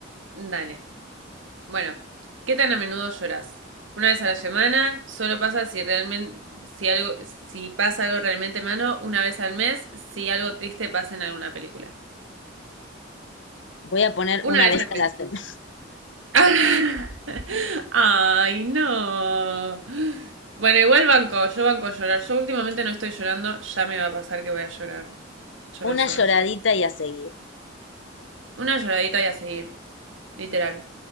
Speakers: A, on the right; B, on the left.
A: Dale. Bueno, ¿qué tan a menudo lloras? Una vez a la semana, solo pasa si realmente, si algo, si pasa algo realmente malo, una vez al mes, si algo triste pasa en alguna película.
B: Voy a poner
A: Una
B: una
A: vez
B: vez
A: al
B: a
A: mes.
B: la semana,
A: <laughs> Ay, no. Bueno, igual banco, yo banco llorar. Yo últimamente no estoy llorando, ya me va a pasar que voy a llorar.
B: <laughs>
A: Yo
B: una
A: lo sé.
B: lloradita y a seguir.
A: Una lloradita y a seguir. Literal.